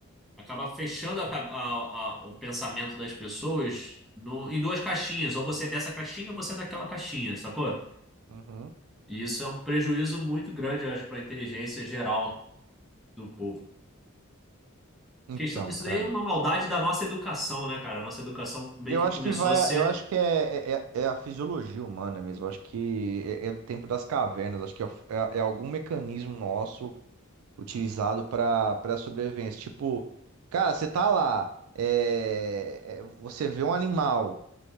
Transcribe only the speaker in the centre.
Acaba fechando a ca- a- a- o pensamento das pessoas no- em duas caixinhas, ou você é dessa caixinha ou você é daquela caixinha, sacou?
E isso é um prejuízo muito grande, eu acho, para a inteligência geral do povo.
Questão, isso
daí é uma maldade da nossa educação, né, cara? A nossa educação meio
que
começou
a ser